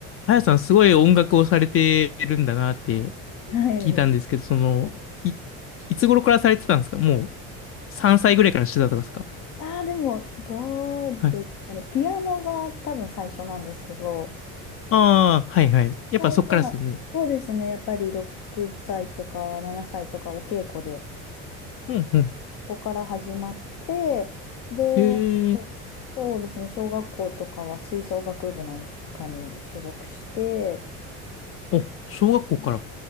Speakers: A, on the left (about 40°); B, on the left (about 65°).
A: あやさん、すごい音楽をされてるんだなって
B: はい。
A: 聞いたんですけど、その、い、いつ頃からされてたんですかもう3歳ぐらいからしてたとかですか
B: ああ、でも、どうですかね。
A: はい。
B: ピアノが多分最初なんですけど、
A: ああ、はいはい。やっぱそっからですよね。
B: そうそうですね。やっぱり6歳とか7歳とかお稽古で、
A: うんうん。
B: そこから始まって、で、
A: ええ
B: そうですね。小学校とかは吹奏楽部なんかに所属して、
A: お、小学校から。